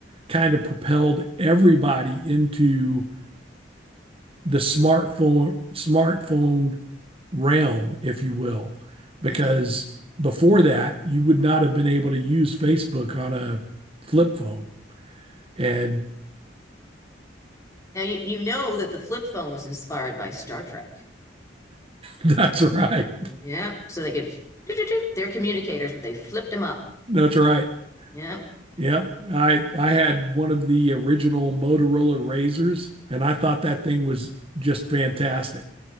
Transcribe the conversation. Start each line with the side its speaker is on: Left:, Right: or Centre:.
Right: kind of propelled everybody into the smartphone smartphone realm, if you will, because
Left: hmm
Right: before that you would not have been able to use Facebook on a flip phone. And
Left: Now you you know that the flip phone was inspired by Star Trek.
Right: that's right. <laughs>
Left: Yeah, so they could. do do do. They're communicators, but they flipped them up.
Right: That's right.
Left: Yeah.
Right: Yep. I I had one of the original Motorola Razors and I thought that thing was just fantastic